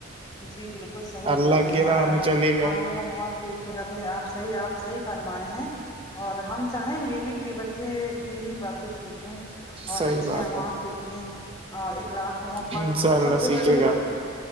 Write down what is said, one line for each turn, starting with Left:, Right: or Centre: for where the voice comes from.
Left: جی بالکل صحیح
Right: اللہ
Left: بول رہے
Right: کی
Left: ہیں
Right: راہ میں چلے گا
Left: ہم کا محت سیکھے گا ب آپ صح آپ صحی فرمائے ہیں اور ہم چاہیں گے بھی کہ بچے دینی باتیں سیکھیں اور
Right: صحیح
Left: اچھے
Right: بات
Left: آواز سیکھیں اخلاق محبت
Right: ہے انشاء اللہ
Left: سب سے
Right: سیکھے
Left: پہلے تو
Right: گا
Left: ب